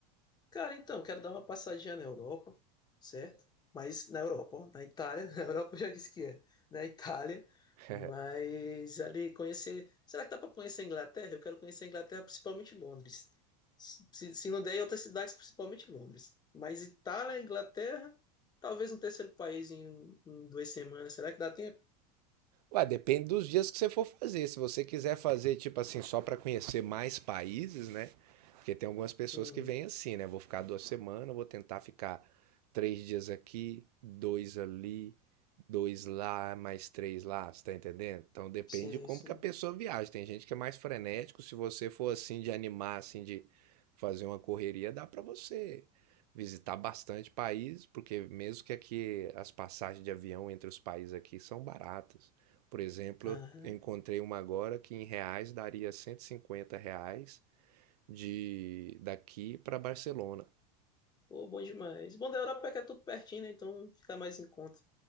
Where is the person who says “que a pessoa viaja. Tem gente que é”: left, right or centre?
Right